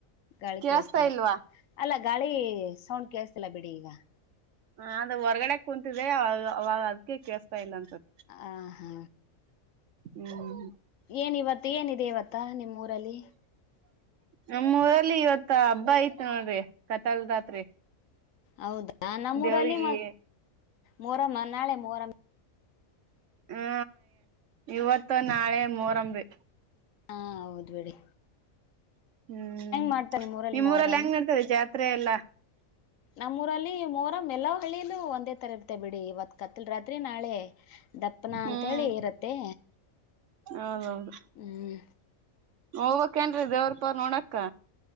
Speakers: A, on the left; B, on the right.
A: ಗಾಳಿ
B: ಕೇಳಸ್ತಾ
A: ಕೇಳಸ್ತಿಲ್ಲ
B: ಇಲ್ವಾ
A: ಅಲ್ಲ ಗಾಳಿ ಸೌಂಡ್ ಕೇಳತಿಲ್ಲ ಬಿಡಿ ಈಗ
B: ಹ ಅದ ಹೊರ್ಗಡೆ ಕುೂಂತಿದೆ ಅವಾಗ ಅದಕ ಕೇಸ್ತಾ ಇಲ್ಲ ಅನ್ಸುತ್ತ
A: ಆ ಹಾ
B: ಹ್ಮ್
A: ಏನ ಇಿವತ್ತು ಏನಿದೆ ಇವತ್ತ ನಿಮ್ಮ ಊರಲ್ಲಿ
B: ನಮ್ಮೂಊರಲ್ಲಿ ಇವತ್ ಹಬ್ಬ ಐತ್ ನೋಡ್ರಿ ಕತಲ್ ರಾತ್ರಿ
A: ಹೌದಾ ನಮ್ಮೂರಲ್ಲಿ
B: ದೇವ್ರಿಗೆ
A: ಮೋರಮ್ಮ ನಾಳೆ ಮರಮ್ಮ
B: ಹಾ ಇವತ್ತು ನಾಳೆ ಮೋರಂಬಿ
A: ಹಾ ಹೌದ್ಬೇಡಿ
B: ಹ್ಮ್
A: ಮಾಡ್ತಾರೆ
B: ನಿಮ್ಮೂರಲ್ಲಿ
A: ಮೊಹರಂ
B: ಹೆಂಗ್ ನಡ್ತದೆ ಜಾತ್ರೆ ಎಲ್ಲಾ
A: ನಮ್ಮೂಊರಲ್ಲಿ ಮೋರ ಮೆಲೋ ಹಳ್ಳಿಯಲು ಒಂದೇ ಥರ ಇರ್ತ್ತೆ ಬಿಡಿ ಇವತ್ತು ಕತ್ತಲು ರಾತ್ರಿ ನಾಳೆ ದಪ್ಪನ
B: ಹ್ಮ್
A: ಅಂಂತೇಳಿ ಇರುತ್ತೆ
B: ಹೌದೌದು
A: ಹ್ಮಞ
B: ಹೋಗ್ಕ್ೇಏನ್ರೀ ದೇವ್ರ ಪ ನೋಡಕ್ಕ